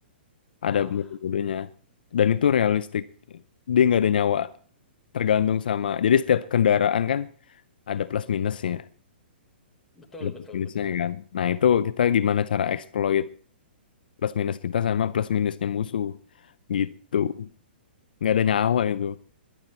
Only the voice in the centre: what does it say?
Wah,
betul,
betul,
betul.